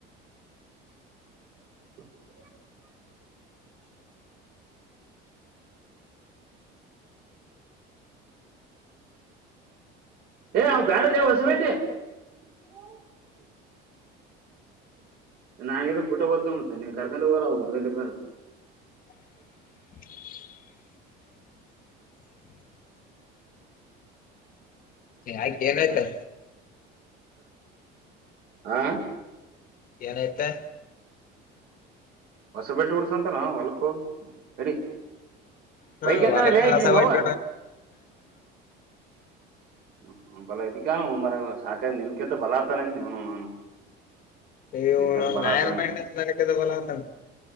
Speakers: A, on the right; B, on the left.
A: ಹ ಹ ಬ್ಯಾರೆ ಹೊಸಬೇಕತಿ <unintelligible> ನಾದ್ರ ಬಿುಟ್ಟ ಬದ್ತೋತೆ ನೀವ್ ಕರ್ಕೊಂಡ ಹೋಗರ ಅವ ಬಿಟ್ಕೊಂಡ ಬ್ರ
B: <unintelligible> ಆಯ್ಕ ಏನ್ ಆಯ್ತಾ
A: ಆಾ
B: ಏನಐತೆ
A: ಹೊಸಬಟ್ಟೆ ಹಡ್ಸಂತಾರ ಹೊಲ್ಕ್ ಹೋಗಿ ನಡಿ
B: ಹ್ಮ
A: ಬೈಕ್ ಅಂತಾನೆ
B: ವಳಕ
A: ಲೇ ಆಕಿ
B: ಆಸೆವಟ
A: ನಿಮ್ಮ ಅವ್ವ ಹ್ಮಂಬಲ ಇದಕ್ಕಾನ ಮರ ಸಾಕ ನನಕಂತ ಬಲತಾನ ನೀನು ನಾನು
B: ಇ
A: ನಿನ್ಕಿಂತ ಬಲ
B: ನರ
A: ಆತಾನೆ
B: ಮಾರಕದ
A: ಅಂತ
B: ಬಲಾವತ